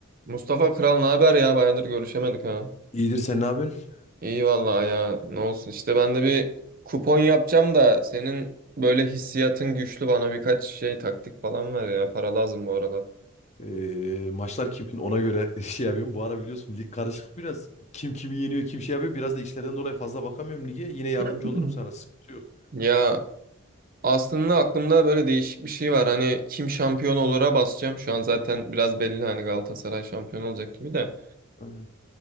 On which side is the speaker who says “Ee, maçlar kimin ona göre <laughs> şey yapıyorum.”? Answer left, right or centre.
Left